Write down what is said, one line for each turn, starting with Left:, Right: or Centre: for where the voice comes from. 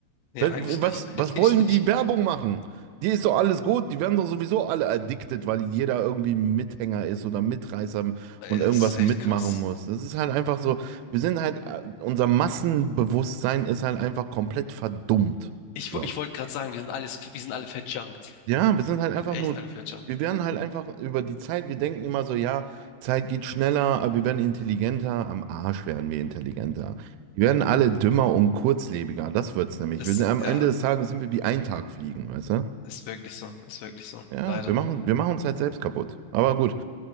Left: Nee,
Right: Was,
Left: eigentlich nicht. <laughs>
Right: was
Left: Eigentlich
Right: wollen
Left: nicht.
Right: die Werbung machen? Die ist doch alles gut, die werden doch sowieso alle addicted, weil jeder irgendwie ein Mithänger ist oder Mitreißer
Left: Ey,
Right: und irgendwas
Left: Das ist
Right: mitmachen
Left: echt krass.
Right: muss. Das ist halt einfach so, wir sind halt, äh, unser Massenbewusstsein ist halt einfach komplett verdummt.
Left: Ich,
Right: So.
Left: wo- ich wollte gerade sagen, wir sind alles, wir sind alle verjunkt.
Right: Ja, wir sind halt
Left: Wir
Right: einfach
Left: sind echt
Right: nur,
Left: alle verjunkt.
Right: wir werden halt einfach über die Zeit, wir denken immer so, ja, Zeit geht schneller, aber wir werden intelligenter, am Arsch werden wir intelligenter. Wir werden alle dümmer und kurzlebiger, das wird's nämlich.
Left: Ist,
Right: Wir sind, am
Left: ja,
Right: Ende des Tages sind wir wie ein Tag fliegen, weißt du?
Left: ist wirklich so. Ist wirklich so.
Right: Ja,
Left: Leider.
Right: wir machen, wir machen uns halt selbst kaputt. Aber gut,